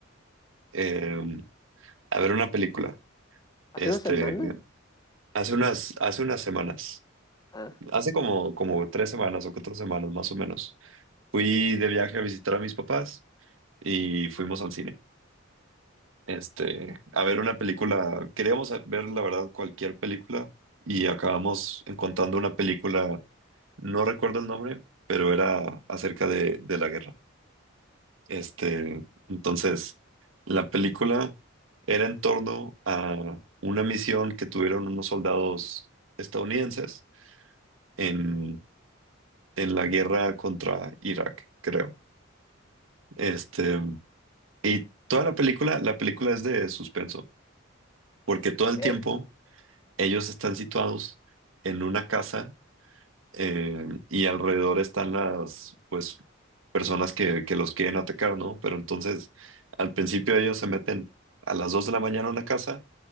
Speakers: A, on the right; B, on the left.
A: eh, a ver una película. Este,
B: ¿Hace una semana?
A: hace unas, hace unas semanas,
B: Ah,
A: hace como, como tres semanas o cuatro semanas más o menos, fui de viaje a visitar a mis papás y fuimos al cine. este, a ver una película. Queríamos a- ver, la verdad, cualquier película y acabamos encontrando una película, no recuerdo el nombre, pero era acerca de, de la guerra. Este, entonces, la película era en torno a una misión que tuvieron unos soldados estadounidenses en, en la guerra contra Irak, creo. Este, y toda la película, la película es de suspenso, porque todo
B: ok,
A: el tiempo Ellos están situados en una casa eh, y alrededor están las, pues, personas que, que los quieren atacar, ¿no? Pero entonces, al principio ellos se meten a las 2 de la mañana a una casa